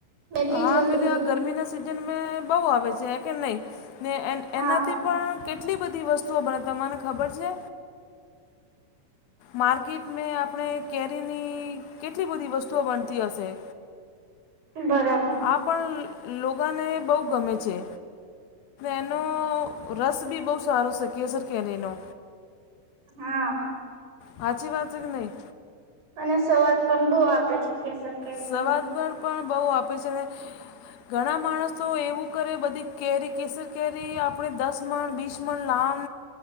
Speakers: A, on the right; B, on the left.
A: મેથી
B: હા
A: જોયેલું
B: પેલી
A: બી
B: આ ગરમી ના સિઝન મે બહુ આવે છે કે નહીં ને
A: હા
B: એનાથી પણ કેટલી બધી વસ્તુઓ બને તને ખબર છે. માર્કેટ મે આપણે કેરીની કેટલી બધી વસ્તુઓ બણતી હશે.
A: બરાબર.
B: આ પણ લોકોને બહુ ગમે છે. એનો રસ બી બહુ સારો છે કેસર કેરીનો
A: હા
B: હાચી વાત સ કે નહી.
A: અને સ્વાદ પણ બહુ આપે છે. કેસર કેરી.
B: સ્વાદ પણ બહુ આપે છે ને ઘણા માણસ તો એવું કરે બધી કેરી કેસર કેરી આપણે દસ મણ બીસ મણ લાં